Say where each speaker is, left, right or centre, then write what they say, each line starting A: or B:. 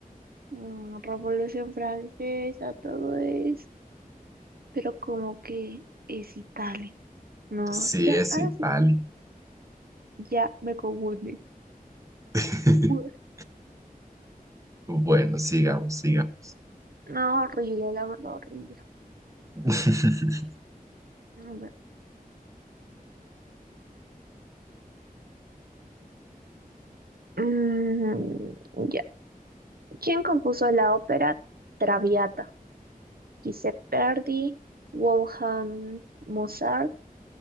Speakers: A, on the right; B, on the right.
A: mm, Revolución Francesa, todo eso, pero como que es Italia. No,
B: Sí,
A: ya,
B: es
A: ahora
B: Italia.
A: sí, ya me confundí.
B: <laughs>
A: Ue,
B: Bueno, sigamos, sigamos.
A: No, horrible, la verdad, horrible.
B: <laughs>
A: A ver. Mm, ya. ¿Quién compuso la ópera Traviata? Giuseppe Verdi, Wolfgang Mozart.